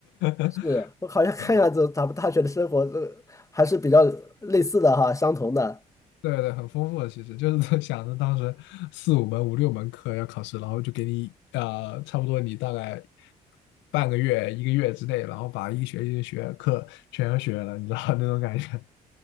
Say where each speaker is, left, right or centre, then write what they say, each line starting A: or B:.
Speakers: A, on the left; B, on the left.
A: <laughs>
B: 是我 <laughs> 好像看样子，
A: 对。
B: 咱们大学的生活这还是比较类似的哈，相同的。
A: 对对，很丰富的，其实就是想着当时四五门、五六门课要考试，然后就给你呃，差不多你大概半个月、一个月之内，然后把一学期的学课全学了，你知道 <laughs> 那种感觉。